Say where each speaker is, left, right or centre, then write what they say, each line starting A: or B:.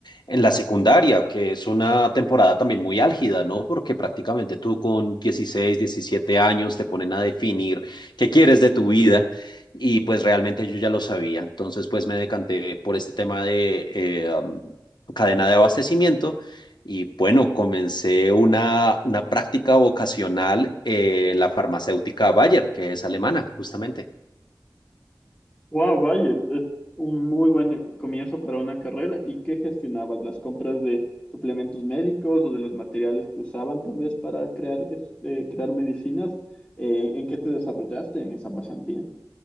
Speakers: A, on the left (about 75°); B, on the left (about 15°).
A: en la secundaria, que es una temporada también muy álgida, ¿no? Porque prácticamente tú con 16, 17 años te ponen a definir qué quieres de tu vida. Y pues realmente yo ya lo sabía. Entonces pues me decanté por este tema de cadena de abastecimiento. Y bueno, comencé una, una práctica vocacional eh, en la farmacéutica Bayer, que es alemana, justamente.
B: Wow, vaya, es un muy buen comienzo para una carrera. ¿Y qué gestionabas? ¿Las compras de suplementos médicos o de los materiales que usaban tal vez para crear, es- eh, crear medicinas? Eh, ¿en qué te desarrollaste en esa pasantía?